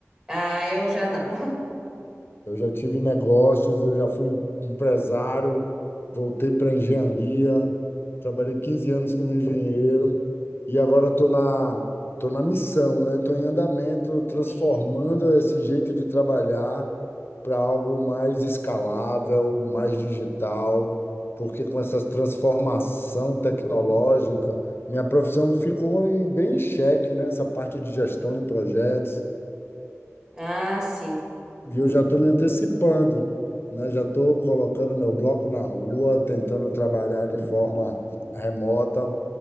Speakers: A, on the right; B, on the left.
A: Ah, eu já não. <laughs>
B: Eu já tive negócios, eu já fui um empresário, voltei para engenharia, trabalhei 15 anos como engenheiro e agora estou na, tô na missão, né? Estou em andamento, transformando
A: Sim.
B: esse jeito de trabalhar para algo mais escalável, mais digital, porque com essa transformação tecnológica, minha profissão ficou em- bem em xeque, né? Essa parte de gestão de projetos
A: Ah, sim.
B: e eu já estou me antecipando, né? Já estou colocando meu bloco na rua, tentando trabalhar de forma remota,